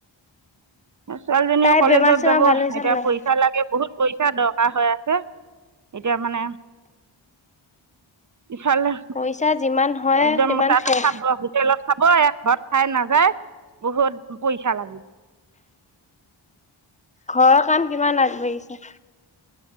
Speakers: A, on the right; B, on the left.
A: ছোৱালীজনীও
B: তাইৰ
A: কলেজত
B: বেমাৰ চেমাৰ
A: যাব
B: ভাল হৈছে
A: এতিয়া
B: নে নাই
A: পইচা লাগে বহুত পইচা দৰকাৰ হৈ আছে এতিয়া মানে ইফালে
B: পইচা যিমান হয়
A: একদম
B: সিমান
A: তাত
B: শেষ
A: খাব হোটেলত খাব এ ঘৰত খাই নাযায় বহুত পইচা লাগে
B: ঘৰৰ কাম কিমান আগবাঢ়িছে